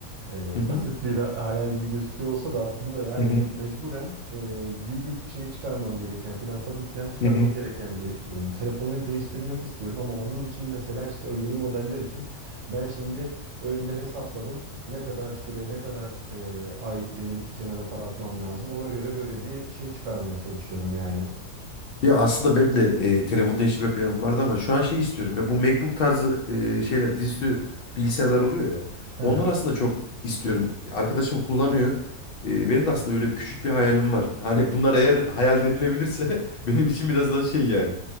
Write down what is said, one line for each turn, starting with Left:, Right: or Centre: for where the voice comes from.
Right: E,
Left: Hı hı.
Right: basit bir <laughs> ha- hayal gibi gözüküyor olsa da aslında yani
Left: Hı hı.
Right: mecburen e, büyük bir şey çıkarmam gereken, finansal bir plan çıkarmam
Left: Hı hı. Hı hı.
Right: gereken bir durum. Telefonu değiştirmek istiyorum ama onun için mesela işte o yeni modeller için ben şimdi önümde hesapladım. Ne kadar süre, ne kadar e, ay benim kenara para atmam lazım. Ona göre böyle bir şey çıkarmaya çalışıyorum yani.
Left: Ya aslında benim de e, telefon değiştirme planım vardı ama şu an şey istiyorum ya bu MacBook tarzı e, şeyler dizüstü bilgisayarlar oluyor ya.
Right: Hı
Left: Onlar
Right: hı.
Left: aslında çok istiyorum. Arkadaşım kullanıyor. E, benim de aslında öyle bir küçük bir hayalim var. <laughs> Hani bunlar eğer hayal denilebilirse <laughs> benim için biraz daha şey yani.